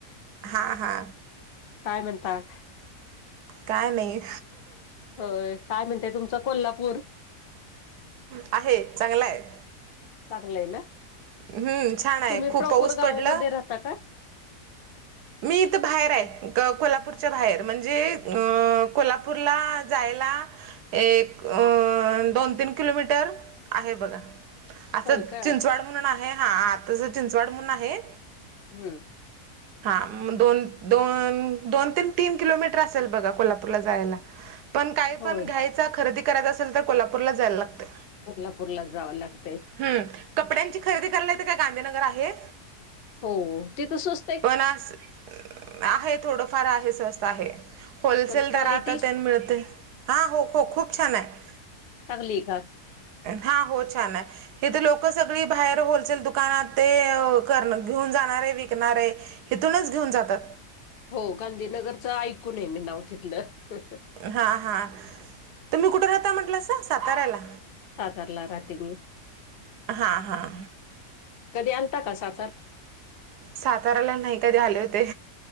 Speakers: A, on the right; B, on the left.
A: हा हा
B: काय म्हणतात
A: काय नाही
B: अ काय म्हणतेय तुमच कोल्हापूर
A: आहे चांगला आहे.
B: चांगलं आहे ना
A: हम्म छान आहे
B: तुम्ही
A: खूप
B: प्रॉपोर
A: पाऊस
B: गावामध्ये
A: पडलं.
B: राहता का
A: मी इथं बाहेर आहे कोल्हापूरच्या बाहेर म्हणजे अ कोल्हापूरला जायला एक अ दोन तीन किलोमीटर आहे बघा असं
B: होय का
A: चिंचवड म्हणून आहे हा आता चिंचवड म्हणून आहे‌.
B: हम्म
A: हा म दोन दोन दोन तन तीन किलोमीटर असेल बघा कोल्हापूरला जायला पण काय पण
B: होय
A: घ्यायचा खरेदी करायचा असेल तर कोल्हापूरला जायला लागते
B: कोल्हापूर ला जावं लागतय
A: हम्म कपड्यांची खरेदी कराला येते काय गांधीनगर आहे
B: हो ते तवस्त
A: पणस आहे थोडंफार आहे स्वस्त आहे होलसेल
B: पण क्वालिटी
A: तररा आता त्या मिळते हां हो ख खूप छान आहे
B: तकलीका
A: हां हो छान आहे हेथ लोक सगळी बाहेर होलसेल दुकानात ते कर घेऊन जाणार आहे विकणार आहे. हथूनच घेऊन जातात.
B: हो गांधीनगरचं ऐकूनय मी नाव तिथलं
A: हा हा तम् कुठे राहता म्हंटलं अस साताऱ्याला
B: साकारारला रात्री ग
A: हां हां
B: कधी अंता का सा.
A: सातवाराला नाही कधी आले होते.